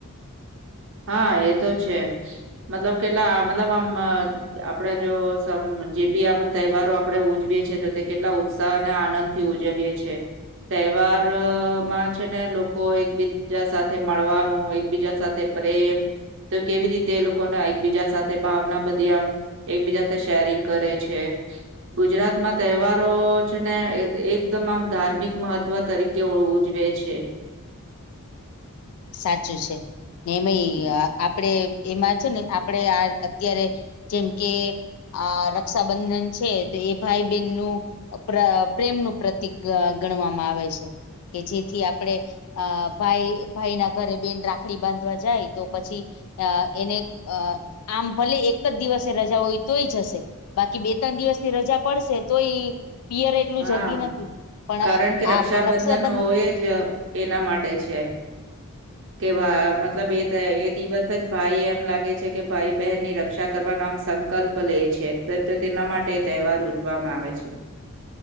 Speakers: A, on the right; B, on the left.
A: હા એ તો છે મતલબ કેટલા મતલબ આમ આપડે જો જે બી આપ તહેવારો આપડે ઉજવીએ છીએ તો તે કેટલા ઉત્સાહ અને આનંદ થી ઉજવીએ છીએ. તહેવાર માં છે ને લોકો એકબીજા સાથે મળવાનું એકબીજા સાથે પ્રેમ તો કેવી રીતે એ લોકોને એકબીજા સાથે ભાવના બધી આમ એકબીજા શેરિંગ કરે છે. ગુજરાતમાં તહેવારો છે ને એકદમ આમ ધાર્મિક મહત્વ તરીકે કેવ ઉજવે છે.
B: સાચું છે ને એમાંય
A: હમ્મ,
B: આપણેે એમાં છે ને આપણે આ અત્યારે. જેમ કે આ રક્ષાબંધન છે તો એ ભાઈ બહેન નું. પ્ર પ્રેમ નું પ્રતિક ગણવામાં આવે છે. કે જેથી આપડણે અ ભાઈ. ભાઈ ના ઘરે બેન રાખડી બાંધવા જાય તો પછી. અ એને અ આમ ભલે એક જ દિવસે રજા હોય તોય જ હશે. બાકી બે ત્રણ દિવસની રજા પડશે તો એ. પિયર એટલું
A: હા.
B: જતી નથી પણ
A: કારણ કે
B: હા
A: રક્ષાબંધન
B: પણ રક્ષાબંધ.
A: હોય જ એના માટે છે કે મતલબ એ એ દિવસ. જ ભાઈ એમ લાગે છે કે ભાઈ બહેનની રક્ષા કરવાનો આમ સંકલ્પ લે છે. તેના માટે તહેવાર ઉજવામાં આવે છે.